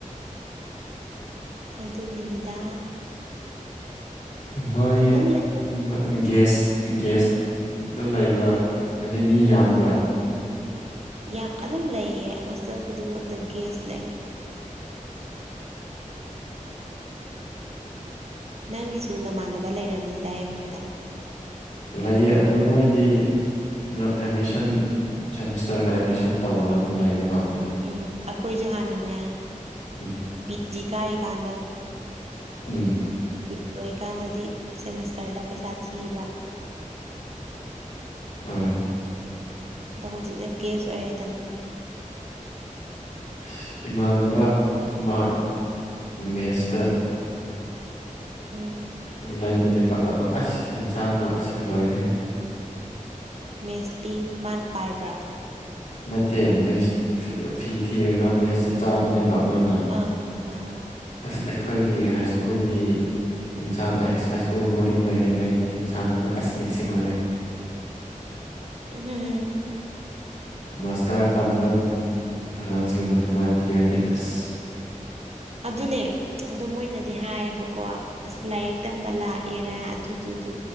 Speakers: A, on the right; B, on the left.
A: ꯑꯗꯨꯒꯤꯅꯤꯗ
B: ꯍꫭꯏ
A: ꯑꯗꯨꯝ ꯂꯩꯕ
B: <unintelligible> ꯒ꯭ꯌꯥꯁ ꯒ꯭ꯌꯥꯁꯗꫭ ꯂꯩꯕ ꯅꫭꯏ ꯃꯤ ꯌꯥꯝꯕ꯭ꯔ
A: ꯌꯥ ꯑꯗꯨꯝ ꯂꯩꯌꯦ ꯍꯣꯁꯇꯦꯜ ꯈꯨꯗꯤꯡꯃꯛꯇ ꯒꯦꯁ ꯂꯩ ꯅꯪꯒꯤꯁꯨ ꯅꯃꯥꯟꯅꯕ ꯂꯩꯔꯝꯅꯤꯗ ꯑꯦꯝ ꯌꯨꯗ
B: ꯂꯩꯌꯦ ꯑꯗꯣ ꯃꯣꯏꯗꯤ ꯀꯩꯅꯣ ꯑꯦꯠꯃꯤꯁꯟ ꯁꯦꯃꯤꯁꯇꯔꯗ ꯑꯦꯠꯃꯤꯁꯟ ꯇꯧꯔꯒ ꯑꯗꯨꯝ ꯂꯩꯕ ꯉꯥꯛ
A: ꯎꯝ ꯑꯈꯣꯏꯖꯨ ꯍꯥꯟꯅꯅꯦ
B: ꯎꯝ
A: ꯄꯤ ꯖꯤ ꯀꯥꯔꯤꯀꯥꯟꯗꯣ
B: ꯎꯝ
A: ꯏꯞ ꯑꯣꯏꯀꯥꯟꯗꯗꯤ ꯁꯦꯃꯤꯁꯇꯔꯗ ꯄꯩꯁꯥ ꯊꯤꯕ
B: ꯎꯝ
A: ꯗꯣ ꯍꯧꯖꯤꯛꯅ ꯒꯦꯁ ꯑꯣꯏꯔꯦꯗꯅ
B: ꯏꯁ ꯏꯃꯥꯟꯅꯕ ꯑꯃ ꯃꯦꯁꯇ
A: ꯎꯝ
B: ꯂꯩꯕꯅꯦꯕ ꯑꯗꯣ ꯑꯁ ꯏꯟꯁꯥꯡꯗꯣ ꯑꯁ ꯂꯣꯏꯔꯦꯍꯦ
A: ꯃꯦꯁ ꯄꯤꯞ ꯃꯥꯅ ꯄꯥꯏꯕ꯭ꯔꯥ
B: ꯅꯠꯇꯦ ꯃꯦꯁ ꯐꯤ ꯑ ꯐꯤ ꯊꯤꯔꯒ ꯃꯦꯁꯇ ꯆꯥꯕꯅꯦꯕ ꯃꯥꯅ
A: ꯑꯥ ꯑꯥ ꯑꯥ
B: ꯑꯁ ꯑꯩꯈꯣꯏꯒꯤ ꯍꯥꯏ ꯁ꯭ꯀꯨꯜꯒꯤ ꯑꯦꯟꯁꯥꯡ ꯑꯦꯏꯁ ꯑꯩ ꯁ꯭ꯀꯨꯜ ꯕꯣꯔꯗꯤꯡ ꯂꯩꯔꯤꯉꯩꯒꯤ ꯏꯟꯁꯥꯡꯗꯣ ꯑꯁ ꯅꯤꯡꯁꯤꯡꯂꯛꯑꯦ
A: ꯎꯝꯍꯝ
B: ꯃꯥꯁꯇꯔ ꯇꯝꯕ ꯑꯉꯥꯡꯁꯤꯡꯕꯨ ꯗꯨꯃꯥꯏ ꯄꯤꯔꯗꯤ ꯑꯁ
A: ꯑꯗꯨꯅꯦ ꯑꯗꯣ ꯃꯣꯏꯅꯗꯤ ꯍꯥꯏꯌꯦꯕꯀꯣ ꯑꯁ ꯂꯥꯏꯔꯤꯛ ꯇꯝꯕ ꯂꯥꯛꯏꯔꯥ ꯑꯗꯨꯗꯨꯗꯨ